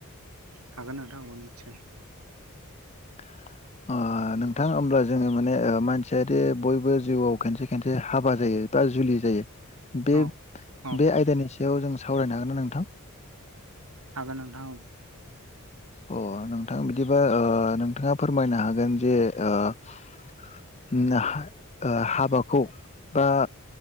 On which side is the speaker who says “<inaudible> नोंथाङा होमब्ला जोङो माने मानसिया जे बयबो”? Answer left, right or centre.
Left